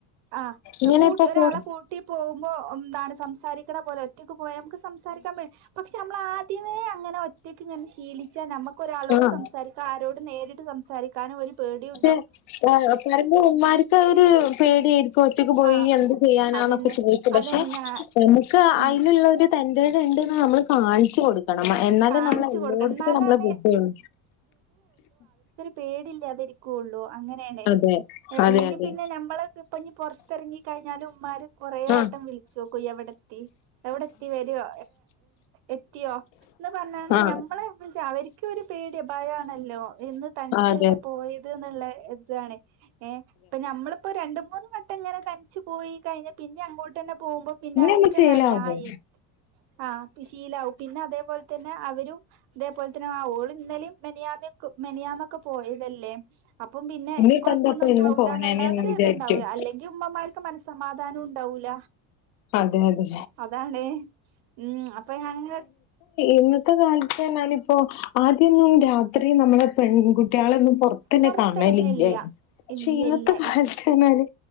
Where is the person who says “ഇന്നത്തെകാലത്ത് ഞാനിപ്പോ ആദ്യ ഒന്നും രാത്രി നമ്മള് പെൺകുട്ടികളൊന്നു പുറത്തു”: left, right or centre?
Left